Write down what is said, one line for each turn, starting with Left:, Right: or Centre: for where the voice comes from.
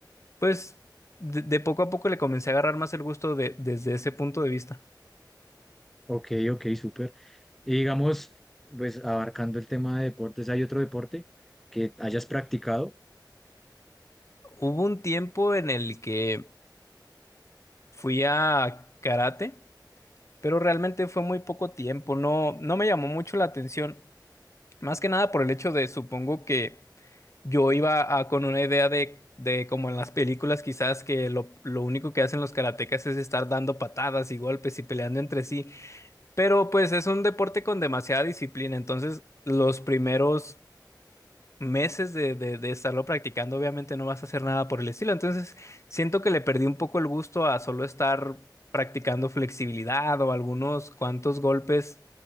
Left: pues de, de poco a poco le comencé a agarrar más el gusto de- desde ese punto de vista.
Centre: Ok, ok, súper. Y digamos, pues abarcando el tema de deportes, ¿hay otro deporte que hayas practicado?
Left: Hubo un tiempo en el que fui a karate, pero realmente fue muy poco tiempo, no, no me llamó mucho la atención, más que nada por el hecho de, supongo que yo iba a- con una idea de, de como en las películas quizás que lo, lo único que hacen los karatecas es estar dando patadas y golpes y peleando entre sí, pero pues es un deporte con demasiada disciplina, entonces los primeros meses de, de, de estarlo practicando, obviamente no vas a hacer nada por el estilo. Entonces, siento que le perdí un poco el gusto a solo estar practicando flexibilidad o algunos cuantos golpes